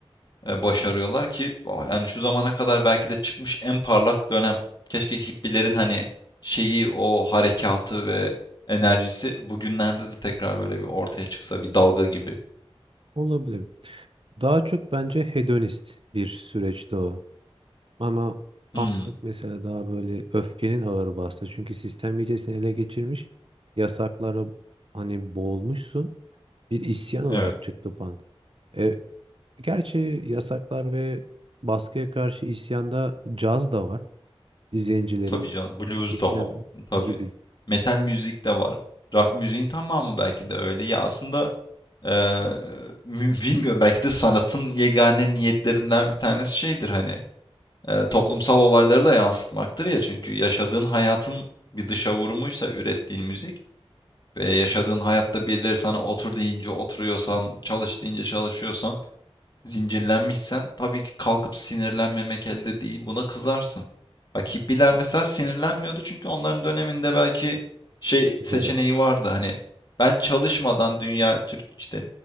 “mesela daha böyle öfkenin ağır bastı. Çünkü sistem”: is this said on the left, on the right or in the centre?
Right